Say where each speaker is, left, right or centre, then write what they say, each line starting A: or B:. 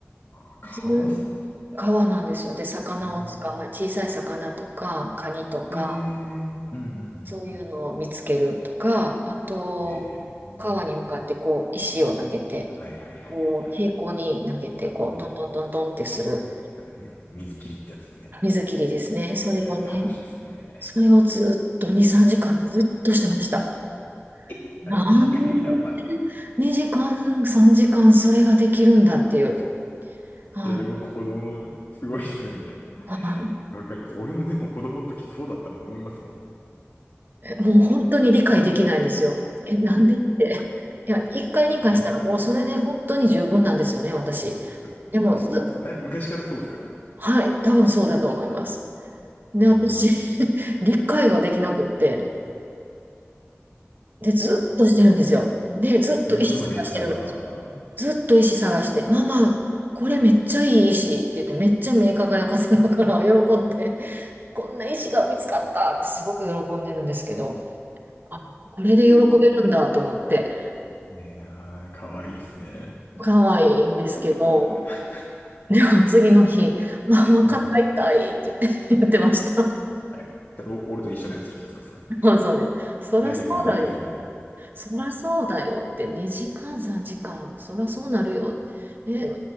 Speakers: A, on the left (about 60°); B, on the right (about 45°).
A: あ、かわすか。
B: ずーっと川なんですよ。で、魚を捕まえ、
A: うーん、
B: 小さい魚とか、カニとか、
A: えー、うん、うん、う
B: そういうのを見つけるとか、
A: ん、
B: あと、
A: うん。えー、ね
B: 川に向かってこう、石を投げて、
A: はいはいはいはいはい。
B: こう、平行に投げて、こう、
A: うん
B: トントントントンってする
A: それね、水切りってやつですね。
B: 水切りですね。それをね、
A: あれ、楽しいっすね。
B: それをずっと2、3時間ずっとしてました。
A: <laughs>
B: なんで
A: 時間やばい。
B: 2時間、3時間それができるんだっていう。あ
A: いや、でも子供、すごいっすよね。
B: はい
A: わかります。俺もでも子供の時そうだったなと思いますも
B: えもう本当に理解できないんですよ。え、なんでって。いや、1回、2回したらもうそれで本当に十分なんですよね、
A: ん。ね
B: 私。
A: えあ、
B: でもず
A: 本当、え、昔からそうっすか
B: はい、多分そうだと思います。で、
A: か
B: 私、<laughs> 理解ができなくって、で、ずっとしてるんですよ。で、ずっと石探してるんですよ。
A: 俺もでもできたな
B: ずっと石探して、ママ、これめっちゃいい石って言って、めっちゃ目輝かせながら喜んで、こんな石が見つかったってすごく喜んでるんですけど、あ、これで喜べるんだと思って、
A: うんぁ。いやー、かわいいっすね。
B: 可愛いんですけど、
A: <laughs>
B: でも次の日、ママ肩痛いって言って、
A: うん。は
B: <laughs> 言ってました。
A: い。それ、お俺と一緒のやつじゃないですか、それ。
B: <laughs> そうそうです。そらそうだよ。
A: 投げすぎ、投げすぎのやつ。
B: そらそうだよって、2時間、3時間、そらそうなるよ。え、う